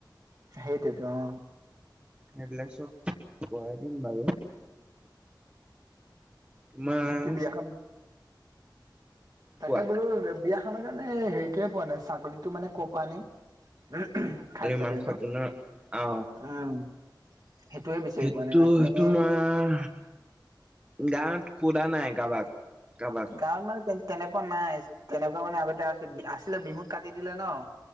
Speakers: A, on the right; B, on the right.
A: সেইটোৱেতো অ
B: সেইবিলাক চব কৰাই দিম বাৰু তোমাৰ
A: বাকী বিয়াখন তাকে
B: কোৱা
A: বোলো বিয়াখনৰ কাৰণে হেৰিটোয়ে পোৱা নাই ছাগলীটো মানে ক' পৰা আনিম। খাহী ছাগলী
B: মাংস
A: তো,
B: তোমাৰ অ
A: উম সেইটোয়ে বিচাৰি
B: সেইটো
A: পোৱা নাই বাকী এনে
B: তোমাৰ গাঁৱত সোধা নাই কাৰোবাক কাৰোবাক
A: গাঁৱত মানে তে তেনেকোৱা নাই তেনেকোৱা মানে আগতে আ আছিলে বিহুত কাটি দিলে ন